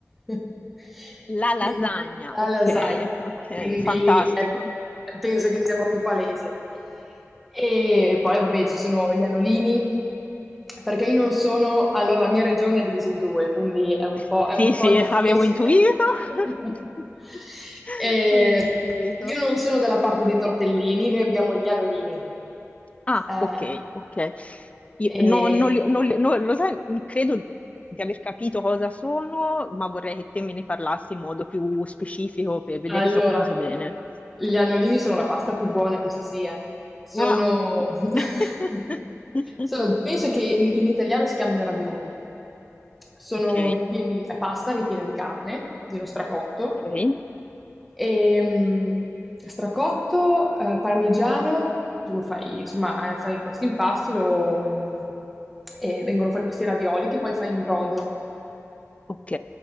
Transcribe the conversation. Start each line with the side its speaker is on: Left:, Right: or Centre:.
Centre: <laughs>
Left: La
Centre: Quindi,
Left: lasagna,
Centre: la
Left: ok,
Centre: lasagna.
Left: ok,
Centre: Quindi
Left: fantastico.
Centre: eh, penso che sia proprio palese. E poi, vabbè, ci sono gli anolini, perché io non sono, allora la mia regione è divisa in due, quindi è un
Left: S-
Centre: po', è
Left: Sì,
Centre: un
Left: sì,
Centre: po' difficile.
Left: avevo intuito.
Centre: <laughs>
Left: <laughs>
Centre: Eh,
Left: Avevo intuito.
Centre: io non sono dalla parte dei tortellini, noi abbiamo gli anolini.
Left: Ah,
Centre: Eh,
Left: ok, ok. Io-
Centre: e
Left: no, non li- non li- no, lo sai, credo di aver capito cosa sono, ma vorrei che te me ne parlassi in modo più specifico per vedere
Centre: Allora,
Left: se ho capito bene.
Centre: gli annolini sono la pasta più buona che ci sia. Sono,
Left: No.
Centre: <laughs>
Left: <laughs>
Centre: sono- penso che in in italiano si chiamino ravioli. Sono
Left: Ok,
Centre: ripieni, è pasta ripiena di carne, di uno stracotto,
Left: ok,
Centre: e, mh, stracotto, eh, parmigiano, tu fai, insomma, eh, fai questo impasto lo- il- e vengono fuori questi ravioli che poi fai in brodo.
Left: ok.